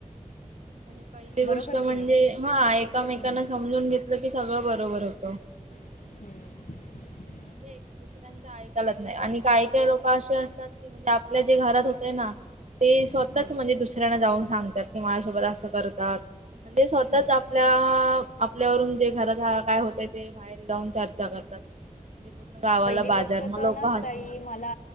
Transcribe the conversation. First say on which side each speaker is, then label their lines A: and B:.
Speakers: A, on the right; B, on the left.
A: आणि पहिली
B: बरोबर
A: गोष्ट म्हणजे
B: की नाही
A: हा एकामेकांना
B: हम्म,
A: समजून घेतलं की सगळं बरं बरोबर होतं.
B: हम्म
A: म्हणजे दुसऱ्यांच ऐकायलाच नाही आणि काही काही लोकं अशे असतात की म्हणजे आपल्या जे घरात होते ना? ते स्वतःच
B: हम्म,
A: म्हणजे दुसऱ्यांना जाऊन सांगतात की माझ्यासोबत असं करतात. म्हणजे स्वतःच
B: हम्म.
A: आपल्या अ आपल्यावरून जे घरात काय होतंय ते बाहेर जाऊन चर्चा करतात. म्हणजे पूर्ण गावाला
B: पहिली
A: बाजार
B: गोष्ट
A: मग
B: तर
A: लोक
B: ना
A: हसणार.
B: ताई मला,